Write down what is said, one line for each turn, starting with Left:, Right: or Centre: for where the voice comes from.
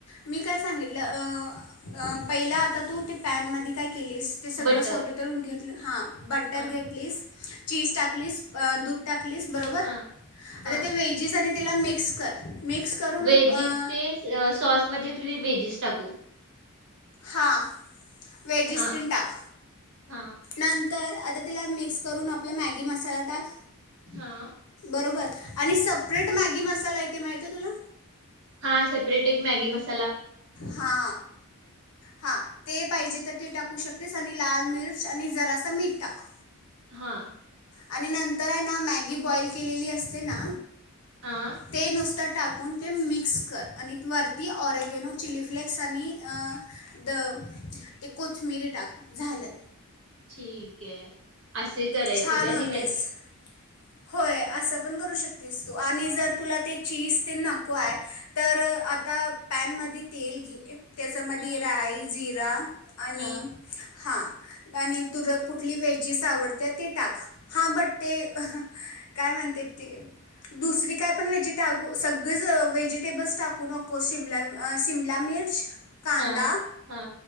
Left: मी काय सांगितलं अ अ पहिला आता तू ते पॅन मधी काय केलीस ते सगळं
Right: बटर
Left: सोट <unintelligible> करुन घेतलं हा बटर
Right: हा
Left: घेतलीस. चीज टाकलीस. अ दूध टाक. टाकलीस बरोबर,
Right: हा हा
Left: आता ते वेजीस आणि तिला मिक्स कर. मिक्स करून
Right: व्हेजी
Left: अं,
Right: ते अ सॉसमध्ये <unintelligible> व्हेजीस स टाकू.
Left: हा वेजिस
Right: हा
Left: तेन टाक.
Right: हा
Left: नंतर आता तिला मिक्स करून आपला मॅगी मसाला टाक.
Right: हा.
Left: बरोबर. आणि सपरेट मॅगी मसाला ये ते माहिते तुला.
Right: हा सेपरेट एक मॅगी मसा
Left: हा हा ते पाहिजे तर ते टाकू शक तेस आणि लाल मिर्च आणि जरास मीठ टाक.
Right: हां.
Left: आणि नंतर आहे ना मॅगी बॉइल केलेली असते ना.
Right: हा
Left: ते नुसत. टाकून ते मिक्स कर आणि वरती ऑरेगेनो चिली फ्लेक्स आणि द ते कोथिंबिरी टाक झालं.
Right: ठीकय. असे करायचे
Left: छान
Right: काहि
Left: होतेस
Right: माहिेती.
Left: होय असं पण करू शकतेस तू आणि जर तुला ते चीज ते नको आहे तर आता पॅनमध्ये तेल घे. तेच्यामध्ये
Right: हा
Left: राई. जीर. <unintelligible> आणि
Right: हा
Left: हां. आणि तु जर कुठली व्हेजीस आवड <unintelligible> टाक हा बट ते काय म्हणते ती दुसरी काय पण व्हेजी टाकू सगळंच व्हेजिटेबल्स टाकू नको शिमला शिमला मिर्च. कांदा
Right: हा हा